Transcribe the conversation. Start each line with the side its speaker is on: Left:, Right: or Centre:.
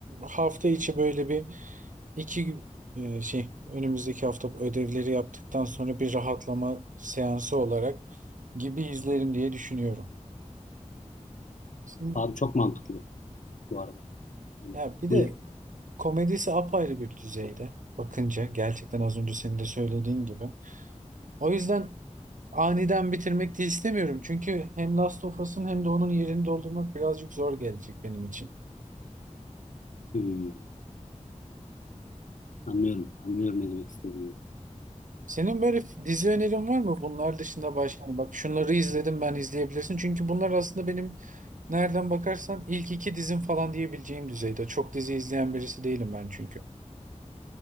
Right: hafta içi böyle bir İki gün e, şey önümüzdeki hafta ödevleri yaptıktan sonra bir rahatlama seansı olarak gibi izlerim diye düşünüyorum. Şimdi,
Left: Abi çok mantıklı bu arada. Yani,
Right: ya bir de
Left: buyur.
Right: komedisi apayrı bir düzeyde bakınca gerçekten az önce senin de söylediğin gibi. O yüzden aniden bitirmek de istemiyorum. Çünkü hem Last of Us'ın hem de onun yerini doldurmak birazcık zor gelecek benim için.
Left: Hmm. Anlıyorum. Anlıyorum ne demek istediğini.
Right: Senin böyle dizi önerin var mı? Bunlar dışında başka hani bak şunları izledim ben izleyebilirsin. Çünkü bunlar aslında benim Nereden bakarsan ilk iki dizim falan diyebileceğim düzeyde. Çok dizi izleyen birisi değilim ben çünkü.